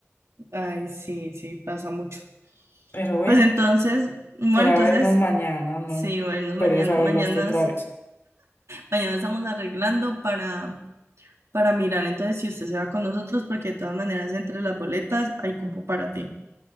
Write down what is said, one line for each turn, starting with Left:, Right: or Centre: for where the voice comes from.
Right: Ay, sí, sí, pasa mucho.
Left: Pero bueno,
Right: Pues entonces, bueno,
Left: será
Right: entonces
Left: vernos mañana, no
Right: Sí, bueno, mañana,
Left: pereza verlo
Right: mañana,
Left: a usted otra
Right: es-
Left: vez.
Right: mañana estamos arreglando para, para mirar entonces si usted se va con nosotros, porque de todas maneras entre las boletas hay cupo para ti.